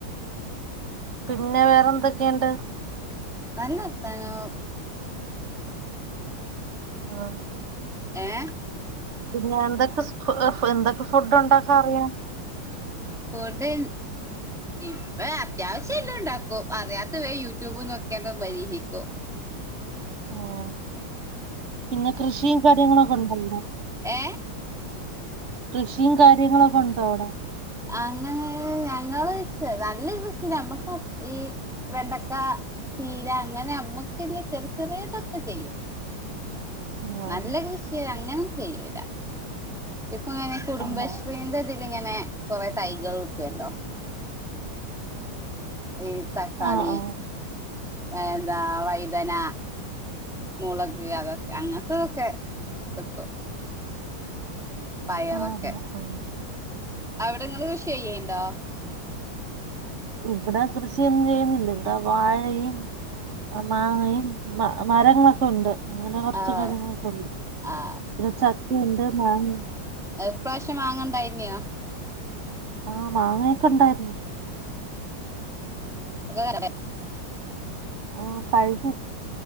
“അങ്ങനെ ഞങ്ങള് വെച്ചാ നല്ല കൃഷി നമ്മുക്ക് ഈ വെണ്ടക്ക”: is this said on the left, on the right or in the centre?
Centre